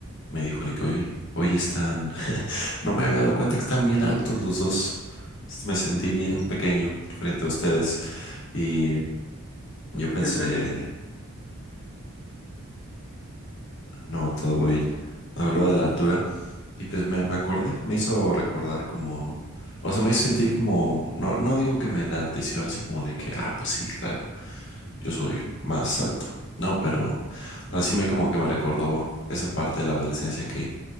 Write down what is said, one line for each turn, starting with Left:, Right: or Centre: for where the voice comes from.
Left: me dijo de que, oye, hoy están, <laughs> no me había dado cuenta que están bien altos los dos, me sentí
Centre: como
Left: bien
Centre: turista,
Left: pequeño frente a ustedes y yo
Centre: entre
Left: pensé,
Centre: otra cosa.
Left: no, todo bien. Habló de la altura. Y pues me, me acordé, me hizo recordar como, o sea, me hizo sentir como, no, no digo que me enalteció así como de que, ah, pues sí, claro, yo soy más alto. No, pero así me como que me recordó esa parte de la adolescencia que